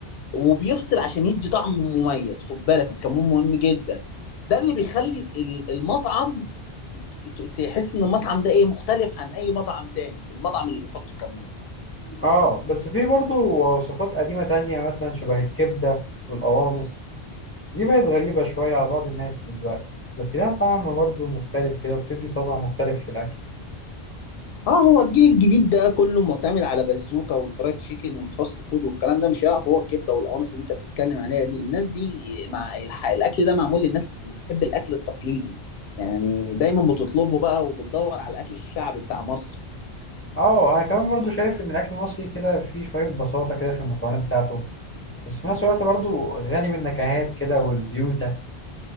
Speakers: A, on the left (about 70°); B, on the left (about 15°).
A: وبيفصل عشان يدي طعم مميز خد بالك الكمون مهم جدا ده اللي بيخلي ال- المطعم ت- ت- تحس إن المطعم ده إيه مختلف عن أي مطعم تاني المطعم اللي بيحط الكمون
B: آه بس في برضو وصفات قديمة تانية مثلا شبه الكبدة والقوانص دي بقت غريبة شوية على بعض الناس دلوقتي بس لها طعم برضو مختلف كده وبتدي طابع مختلف في الأكل
A: اه هو الجيل الجديد ده كله معتمد على بازوكا والفرايد تشيكن والفاست فود والكلام ده مش هيقف هو الكبده والقوانص اللي انت بتتكلم عليها دي الناس دي مع الح- الاكل ده معمول للناس اللي بتحب الاكل التقليدي يعني دايما بتطلبه بقى وبتدور على الاكل الشعبي بتاع مصر
B: آه أنا كمان برضو شايف إن الأكل المصري كده فيه شوية بساطة كده في المكونات بتاعته بس في نفس الوقت برضه غني بالنكهات كده والزيوتة